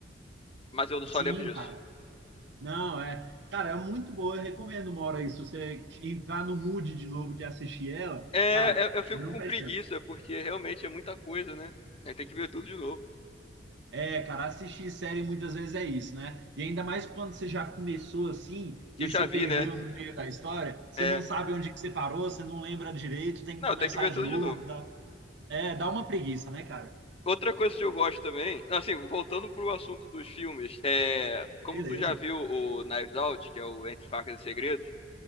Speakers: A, on the left; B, on the right.
A: Mas eu só
B: Sim,
A: lembro disso.
B: cara. Não, é. Cara, é muito boa. Eu recomendo uma hora aí. Se você entrar no mood de novo de assistir ela,
A: É,
B: cara,
A: eu, eu fico
B: não
A: com
B: perde
A: preguiça,
B: tempo.
A: porque realmente é muita coisa, né? Aí tem que ver tudo de novo.
B: É, cara, assistir série muitas vezes é isso, né? E ainda mais quando você já começou assim
A: Que
B: e
A: eu já
B: se
A: vi,
B: perdeu
A: né?
B: no meio da história, você
A: É.
B: não sabe onde que você parou, você não lembra direito, tem que
A: Não,
B: começar
A: tem que ver tudo
B: de novo.
A: de novo.
B: Dá, é, dá uma preguiça, né, cara?
A: Outra coisa que eu gosto também, assim, voltando pro assunto dos filmes, é, como
B: Beleza.
A: tu já viu o Knives Out, que é o Entre Facas e Segredos,